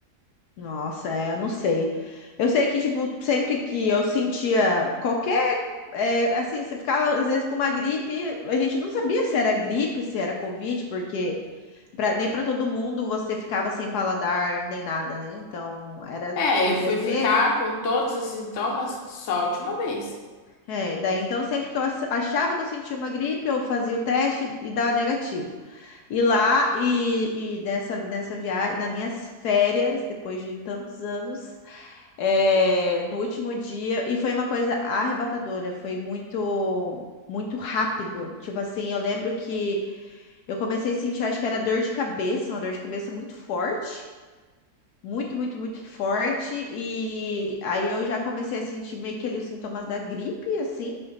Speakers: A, on the left (about 75°); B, on the left (about 55°).
A: Nossa, é, eu não sei. Eu sei que, tipo, sempre que eu sentia qualquer. é, assim, você ficava às vezes com uma gripe, a gente não sabia se era gripe, se era Covid, porque pra- nem para todo mundo você ficava sem paladar nem nada, né? Então, era,
B: É,
A: podia
B: eu fui
A: ser.
B: ficar com todos esses sintomas só a última vez.
A: É, daí então, sempre que eu ach- achava que eu sentia uma gripe, eu fazia o teste e dava negativo. E lá, e, e nessa, nessa viagem, nas minhas férias, depois de tantos anos. é, no último dia e foi uma coisa arrebatadora, foi muito muito rápido. Tipo assim, eu lembro que eu comecei a sentir, acho que era dor de cabeça, uma dor de cabeça muito forte muito, muito, muito forte. E aí eu já comecei a sentir meio que ali os sintomas da gripe, assim.